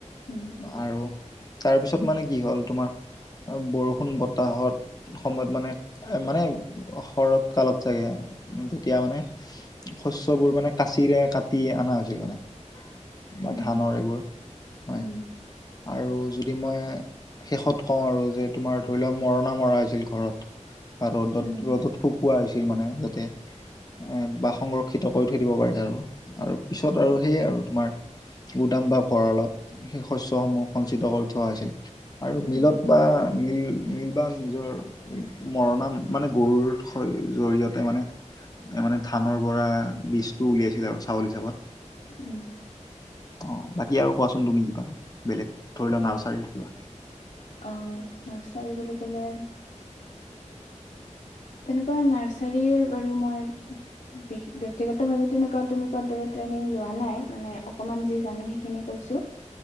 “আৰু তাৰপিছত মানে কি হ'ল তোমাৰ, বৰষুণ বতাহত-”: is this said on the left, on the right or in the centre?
Left